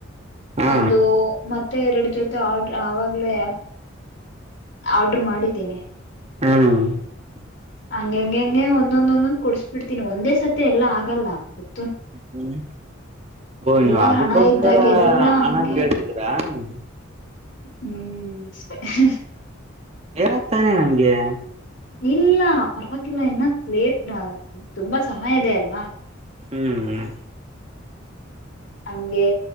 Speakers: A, on the right; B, on the left.
A: ಹಾ
B: ಒಂದು <unintelligible> ಮತ್ತೆ ಎರಡು ಜೊತೆ ಆಡ್ರ ಆವಾಗ್ಲೇ <unintelligible> ಆರ್ಡ್ರ ಮಾಡಿದ್ದೀನಿ <unintelligible>
A: ಹ್ಮ <unintelligible>
B: ಹಂಗ ಹಂಗಗೆ ಹಂಗೆ ಒಂದೊಂದೊಂದೊಂದ್ ಕೊಡ್ಸ್ಬಿಡ್ತೀನಿ ಒಂದೇ ಸತಿ ಎಲ್ಲ ಆಗಲ್ಲ <unintelligible>
A: ಹ್ಮ್ <unintelligible> ಓ
B: ಇವಾಗ
A: ನೀವು ಅದಕ್ಕೋಸ್ಕರ
B: ಹಣ ಇದ್ದಾಗ ಎಲ್ಲಾ
A: ಹಣ
B: ಹಂಗೆ
A: ಕೇಳ್ತಿದ್ರಾ <unintelligible>
B: ಹ್ಮ್ ಅಷ್ಟೇ <unintelligible>
A: ಹೇಳ್ದ ತಾನೆ ನಂಗೆ <unintelligible>
B: ಇಲ್ಲ ಪರ್ವಾಗಿಲ್ಲ ಇನ್ನ. ಲೇಟ್ ತುಂಬಾ ಸಮಯ ಇದೆ ಅಲ್ವಾ.
A: ಹ್ಮ್.
B: ನಮ್ಗೆ